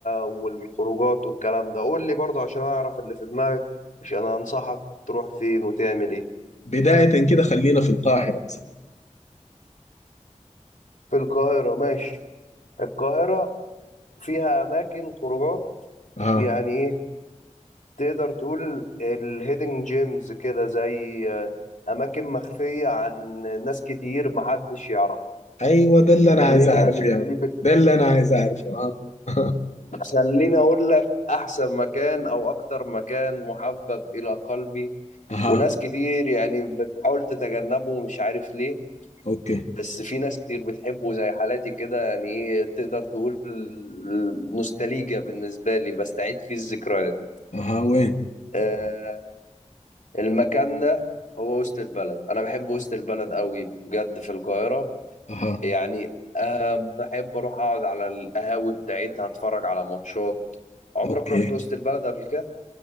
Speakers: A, on the left; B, on the left.
A: والخروجات والكلام ده قول لي برضه عشان اعرف اللي في دماغك عشان انصحك تروح فين وتعمل ايه
B: بداية كده خلينا في القاهرة مثلا
A: في القاهره ماشي القاهره فيها اماكن خروجات
B: اها
A: يعني ايه، تقدر تقول الهيدن جيمز كده زي آه، أماكن مخفية عن ناس كتير محدش يعرف
B: ايوه ده اللي انا
A: خلينا
B: عايز اعرفه
A: نبتدي
B: يا عم
A: ب...
B: ده اللي انا عايز اعرفه اها <laughs>
A: خليني أقول لك أحسن مكان أو أكتر مكان محبب إلى قلبي
B: اها
A: وناس كتير يعني بتحاول تتجنبه ومش عارف ليه
B: اوكي
A: بس في ناس كتير بتحبه زي حالاتي كده يعني إيه تقدر تقول نوستالجيا بالنسبة لي بستعيد فيه الذكريات
B: اها وين
A: آه، المكان ده هو وسط البلد انا بحب وسط البلد قوي بجد في القاهره
B: اها
A: يعني أه بحب اروح اقعد على القهاوي بتاعتها اتفرج على ماتشات عمرك
B: اوكي
A: رحت وسط البلد قبل كده